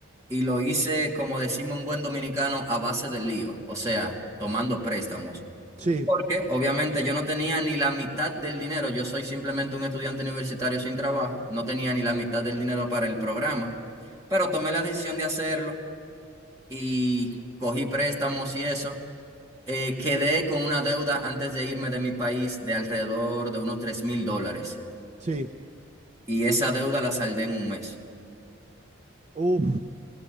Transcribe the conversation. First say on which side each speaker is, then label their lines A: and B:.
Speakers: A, on the right; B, on the right.
A: y lo hice, como decimos en buen dominicano, a base de lío, o sea, tomando préstamos.
B: sí,
A: Porque obviamente yo no tenía ni la mitad del dinero, yo soy simplemente un estudiante universitario sin trabajo, no tenía ni la mitad del dinero para el programa, pero tomé la decisión de hacerlo y cogí préstamos y eso. Eh, quedé con una deuda antes de irme de mi país de alrededor de unos tres mil dólares
B: sí.
A: y esa deuda la saldé en un mes.
B: Uf,